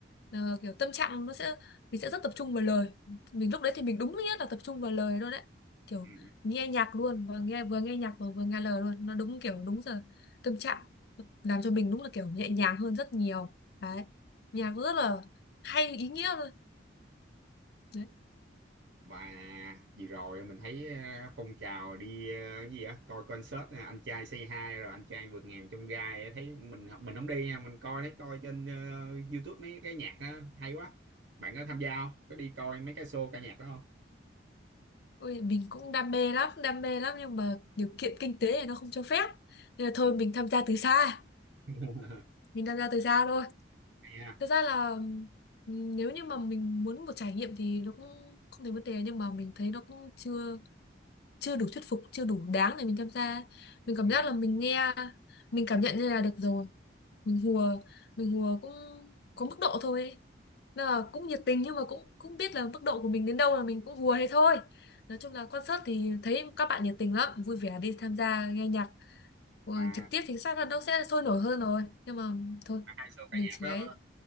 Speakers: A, on the left; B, on the right.
A: ờ, kiểu tâm trạng nó sẽ mình sẽ rất tập trung vào lời mình lúc đấy thì mình đúng nghĩa là tập trung vào lời luôn đấy kiểu
B: ừ.
A: nghe nhạc luôn và nghe vừa nghe nhạc và vừa nghe lời luôn nó đúng kiểu đúng giờ tâm trạng làm cho mình đúng là kiểu nhẹ nhàng hơn rất nhiều đấy nhạc rất là hay ý nghĩa luôn đấy
B: mà vừa rồi mình thấy ờ, phong trào đi ờ, cái gì á coi concert ờ, anh trai Say Hi rồi anh trai vượt ngàn chông gai á, thấy mình mình không đi nha mình coi thấy coi trên ờ, YouTube mấy cái nhạc á, hay quá bạn có tham gia không có đi coi mấy cái show ca nhạc đó không
A: Ôi, mình cũng đam mê lắm, đam mê lắm nhưng mà điều kiện kinh tế thì nó không cho phép. Nên là thôi
B: Ừ.
A: mình tham gia từ xa,
B: <laughs>
A: mình tham gia từ xa thôi.
B: hay ha
A: Thực ra là ừm, nếu như mà mình muốn một trải nghiệm thì nó cũng không thành vấn đề nhưng mà mình thấy nó cũng chưa chưa đủ thuyết phục chưa đủ đáng để mình tham gia mình cảm
B: Ừ.
A: giác là mình nghe mình cảm nhận như là được rồi mình hùa mình hùa cũng có mức độ thôi ấy. Nên là cũng nhiệt tình nhưng mà cũng cũng biết là mức độ của mình đến đâu là mình cũng hùa thế thôi nói chung là concert thì thấy các bạn nhiệt tình lắm vui vẻ đi tham gia nghe nhạc Ừ,
B: mà
A: trực tiếp thì chắc là nó sẽ sôi nổi hơn rồi nhưng mà thôi
B: hai show ca
A: mình
B: nhạc
A: chỉ
B: đó
A: ấy